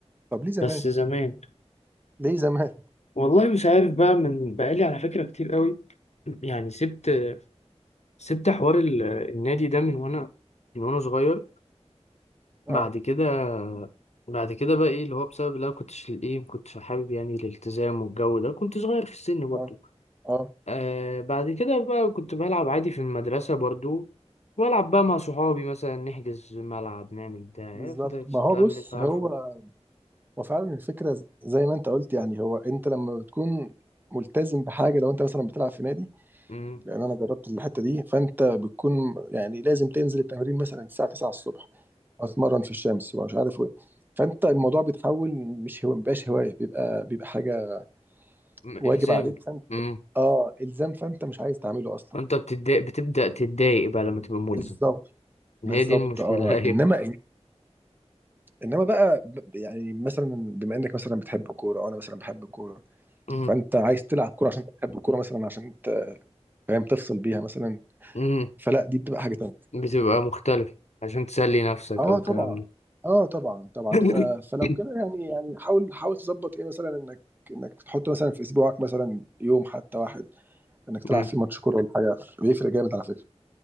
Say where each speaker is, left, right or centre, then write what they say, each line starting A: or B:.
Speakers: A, on the right; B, on the left.
A: طب ليه زمان
B: بس زمان
A: ليه زمان
B: والله مش عارف بقى من بقالي على فكره كتير قوي يعني سبت سبت حوار ال- النادي ده من وانا من وانا صغير
A: <laughs>
B: بعد
A: اه
B: كده بعد كده بقى ايه اللي هو بسبب اللي انا كنتش ايه ما كنتش حابب يعني الالتزام والجو ده كنت صغير في السن برضه
A: اه اه
B: آه بعد كده بقى كنت بلعب عادي في المدرسة برضو والعب بقى مع صحابي مثلا نحجز ملعب نعمل بتاع
A: بالظبط
B: عارف انت الكلام
A: ما هو بص
B: اللي انت عارفه
A: هو
B: ده
A: وفعلا الفكرة ز- زي ما انت قلت يعني هو انت لما بتكون ملتزم بحاجة لو انت مثلا بتلعب في نادي
B: مم.
A: لان انا جربت الحتة دي فانت بتكون يعني لازم تنزل التمرين مثلا الساعة 9 الصبح اتمرن في الشمس ومش عارف ايه فانت الموضوع بيتحول مش هو مبقاش هواية بيبقى بيبقى حاجة
B: م-
A: واجب
B: الزامي
A: عليك فانت
B: مم.
A: اه الزام فانت مش عايز تعمله اصلا
B: فانت بتتضايق بتبدأ تتضايق بقى لما تبقى ملزم
A: بالظبط
B: هي
A: بالظبط
B: دي المشكلة
A: اه
B: <laughs> ايوه
A: انما انما بقى ب- يعني مثلا بما انك مثلا بتحب الكوره وانا مثلا بحب الكوره
B: مم.
A: فانت عايز تلعب كوره عشان تحب الكوره مثلا عشان فاهم تفصل بيها مثلا
B: مم.
A: فلا دي بتبقى حاجه تانيه
B: بتبقى مختلف عشان تسلي نفسك
A: اه
B: او الكلام
A: طبعا
B: ده
A: اه طبعا طبعا
B: <laughs>
A: ف... فلو كده يعني يعني حاول حاول تظبط ايه مثلا انك انك تحط مثلا في اسبوعك مثلا يوم حتى واحد انك تلعب
B: مم.
A: فيه ماتش كوره ولا حاجه بيفرق جامد على فكره